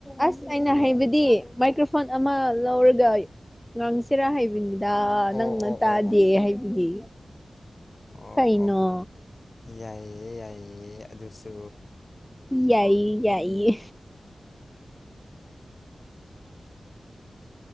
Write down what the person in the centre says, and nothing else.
ꯑꯁ ꯑꯩꯅ
ꯍꯥꯏꯕꯗꯤ ꯃꯥꯏꯀ꯭ꯔ ꯐꯣꯟ ꯐꯣꯟ ꯑꯃ ꯂꯧꯔꯒ ꯉꯥꯡꯁꯤꯔꯥ ꯍꯥꯏꯕꯅꯤ ꯗꯥ
ꯅꯪꯅ
ꯇꯥꯗꯦ
ꯍꯥꯏꯕꯒꯤ
ꯀꯩꯅꯣ
ꯌꯥꯏꯌꯦ ꯌꯥꯏꯌꯦ